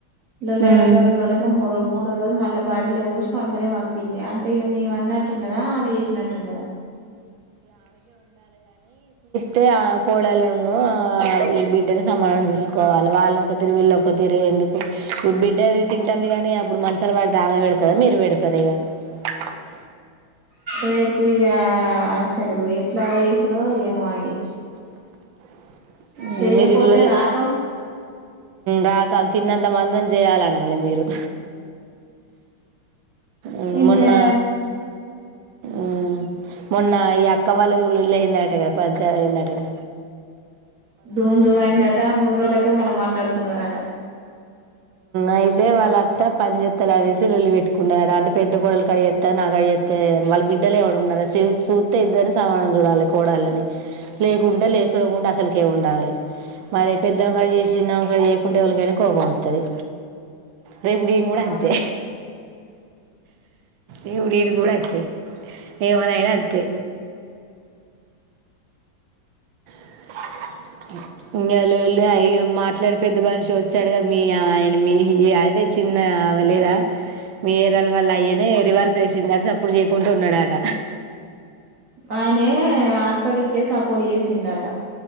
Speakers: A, on the right; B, on the right.
A: ఇల్లలోనైక
B: మ్మ్
A: రెండు రోజులక మూ మూడో రోజు మళ్ళ బాీలోూచ పంపనే పంపింది అంటే అంటే ఇగ మేము అన్నట్టున్నదా అమె చేసినట్టున్నదా
B: తే ఆ కోడలును ఆ ఈ బిడ్డని సమానం చూసుకోవాల్ వాళ్ళని ఒక తీరు వీళ్ళ ఒక తీరు ఎందుకు ఇప్పుడు బిడ్డది తింటుంది గానీ అప్పుడు మంచాలు పడితే ఆమె పెడతుందా మీరు పెడతారు ఇక <unintelligible>
A: రేపు ఇగా అస్సలు ఎట్లా తీసుడో ఏమో అండి
B: <unintelligible>
A: చేయపోతే
B: మీరి ఇల్లల్
A: రాకం
B: రాకల తిన్నంత మందం చేయాలనా లె మీరు మ్
A: ఇన్వే
B: మోన్న ఉమ్ మొన్న ఈ అక్క వాళ్ళదిల్ళ అయిందటగ కదా పంచయి అయిందంటగా
A: ధూమ్ ధూమ్ అయిందట మూడ్ రోజ్లకే మళ్ళ మాట్లాడుకున్నారట
B: అయితే వాళ్ళ అత్తా పనించెత్తలనేసి లొల్లి పెట్టుకున్నదట అలాంటే పెద్ద కోడలు అడి చేస్తా నాకు అడిగిస్తే వాళ్ళ బిడ్డలు ఎవడు ఉన్నరా చూస్తే ఇద్దరిని అని సమాధనం చూడాలి కోడళ్ళని లేకుంటే లే చూడకుంటడా అసలకే ఉండాలి మరి పెద్దవంకాడ చేసి చిన్నవంకాడ చేయకుంటే ఎవళ్ళకైన కోపం వస్తాది రేప్ నేన్ కూడ
A: ఆ
B: అంతే ఇగ మీరు కూడ అంతే ఎవరైనా అంతే <unintelligible> ఇంగ వాళ్ళు వెళ్ళి అయ మాట్లాడి పెద్ద మనిషి వచ్చాడుగా మీ ఆయన మీ ఈ అద చిన్న ఆమె లేద వేరేవాల్ ఆయనె చిన్న సప్పుడు చేయకుంటూ ఉన్నడట
A: ఆయనే అక్కదిక్కే సపోర్ట్ చేసిండట